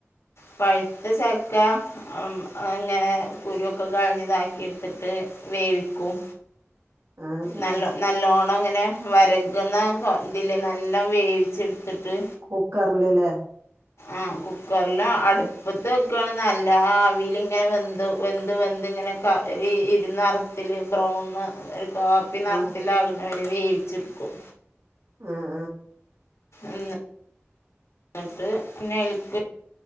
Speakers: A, on the left (about 85°); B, on the right (about 80°).
A: പഴുത്ത ചക്ക ഉം അങ്ങനെ കുരുക്കെ കളഞ്ഞ് ഇതാക്കി എടുത്തിട്ട് വേവിക്കും
B: ആ ആ
A: നല്ല നല്ലോണം ങ്ങനെ വെരകുന്ന ഇതില് നല്ല വേവിച്ചെടുത്തിട്ട്
B: കുക്കർല് ലേ
A: ആ കുക്കറില അടുപ്പത്ത് വക്കാണ് നല്ല ആ അവിയിലിങ്ങനെ വെന്ത് വെന്ത് വെന്ത് ഇങ്ങനെ ഇരുന്നറത്തില് ബ്രൗണ് ഒരു കാപ്പി നറത്തിലാകുന്നവരെ
B: ആ
A: വേവിച്ട്ക്കും.
B: ആഹ്
A: ഉം ട്ട് പിന്നെ അയിൽക്ക്